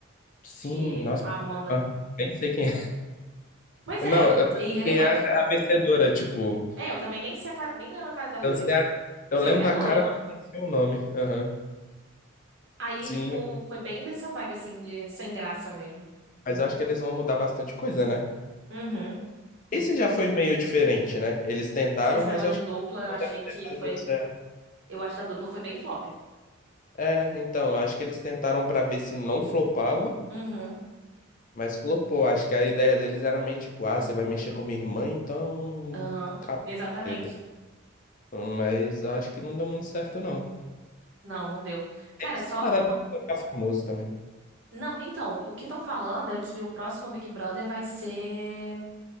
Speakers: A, on the left (about 40°); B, on the right (about 60°).
A: Sim,
B: que
A: nossa.
B: a Amanda.
A: Aham, Nem sei quem
B: Pois
A: Não,
B: é,
A: eu lembro
B: é irrelevante,
A: quem é a,
B: né?
A: a vencedora, tipo,
B: É, eu também nem sei a cara, nem lembro a cara dela
A: eu
B: direito.
A: sei a-
B: Eu
A: eu
B: sei
A: lembro
B: que ela é
A: da
B: loura.
A: cara, mas não sei o nome. Aham.
B: Aí,
A: Sim,
B: tipo, foi bem dessa vibe assim de sem graça mesmo.
A: mas eu acho que eles vão mudar bastante coisa, né?
B: Uhum.
A: Esse já foi meio diferente, né? Eles tentaram,
B: Esse
A: mas
B: negócio
A: eu
B: de
A: acho
B: dupla,
A: que
B: eu achei que
A: tá
B: foi,
A: dando certo.
B: eu acho que a dupla foi bem flop.
A: É, então, eu acho que eles tentaram pra ver se não flopava,
B: Uhum.
A: mas flopou. Acho que a ideia deles era meio tipo, ah, você vai mexer com minha irmã, então.
B: Aham. Exatamente.
A: treta. Mas eu acho que não deu muito certo, não.
B: Não, não deu. Cara,
A: Essas
B: só
A: paradas
B: uma-
A: de ficar famoso também.
B: Não, então, o que estão falando é que o próximo Big Brother vai ser,